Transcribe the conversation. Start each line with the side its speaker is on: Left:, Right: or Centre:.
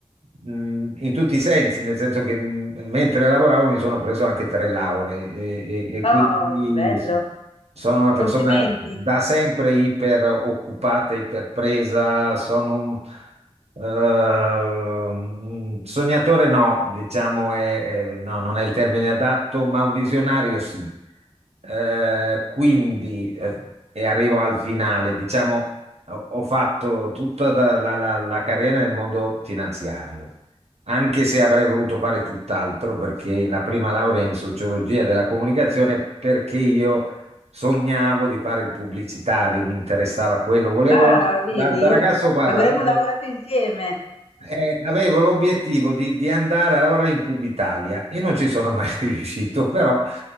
Right: mh, in tutti i sensi, nel senso che mh, mentre lavoravo mi sono preso anche tre lauree e, e- e quindi
Left: Oh, che bello!
Right: sono una
Left: Complimenti!
Right: persona da sempre iper occupata, iper presa, sono un eh, un sognatore no, diciamo, è- è- no, non è il termine adatto, ma un visionario sì. Eh, quindi, eh, e arrivo al finale, diciamo, ho, ho fatto tutta la, la- la- la carriera nel mondo finanziario, anche se avrei voluto fare tutt'altro, perché la prima laurea è in sociologia della comunicazione, perché io sognavo di fare il pubblicitario, mi interessava quello, volevo,
Left: Ah,
Right: da,
Left: vedi?
Right: da ragazzo, guarda,
Left: Avremmo
Right: avevo
Left: lavorato insieme.
Right: eh, avevo l'obiettivo di, di andare a lavorare in Pubitalia e non ci sono mai <laughs> riuscito, però